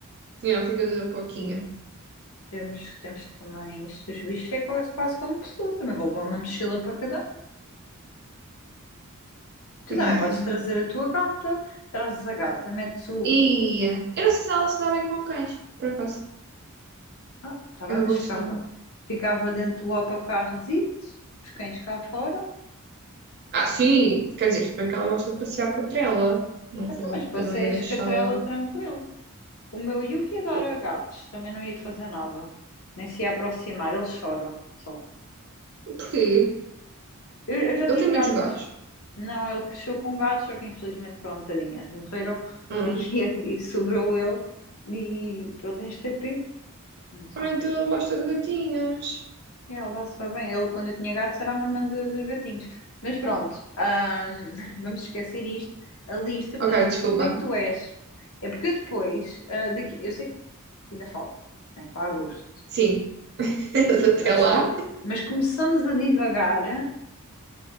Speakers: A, on the right (about 50°); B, on the left (about 70°).
A: Yeah, fica tudo a pouquinho.
B: temos, temos também isto, os bichos é quase, quase como pessoas, também vou levar uma mochila para cada Tu
A: Yeah.
B: também podes trazer a tua gata, trazes a gata, metes o.
A: E eu não sei se ela se dá bem com cães, por acaso.
B: Ah, tá bem,
A: É uma
B: mas
A: boa
B: ficava,
A: questão.
B: ficava dentro do autocarrozito, os cães cá fora.
A: Ah, sim, quer dizer, se bem que ela gosta de passear com a trela. Não
B: Até,
A: vou,
B: mas passei
A: não ia
B: a
A: deixá-la.
B: escatrela tranquilo. O meu Yuki adora
A: Hum,
B: gatos, também não ia fazer nada, nem se ia aproximar, ele chora só.
A: porquê?
B: Eu, eu já
A: Ele
B: tive
A: tem
B: gatos.
A: medo dos gatos.
B: Não, ele cresceu com gatos, só que infelizmente, pronto, tadinhas, morreram
A: Hum.
B: e, <laughs> e sobrou ele. E ele tem este TP, não sei.
A: Ah, então ele gosta de gatinhos.
B: Ele dá super bem. Ele, quando eu tinha gatos, era a mamã do- dos gatinhos. Mas pronto, ahm, <laughs> vamos esquecer isto. A lista, porque
A: Ok,
B: eu
A: desculpa.
B: sei como é que tu és. É porque eu depois, ah, daqui, eu sei que ainda falta, né, para agosto,
A: Sim. <laughs>
B: mas,
A: Até lá.
B: tu, mas começamos a divagar